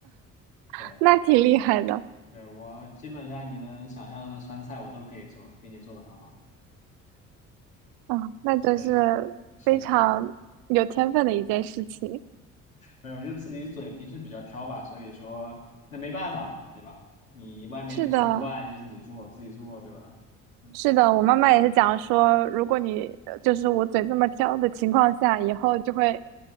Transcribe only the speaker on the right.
<laughs>
那挺厉害的
啊，那真是非常有天分的一件事情。
是的，
是的，我妈妈也是讲说，
如果你呃就是我嘴这么挑的情况下，以后就会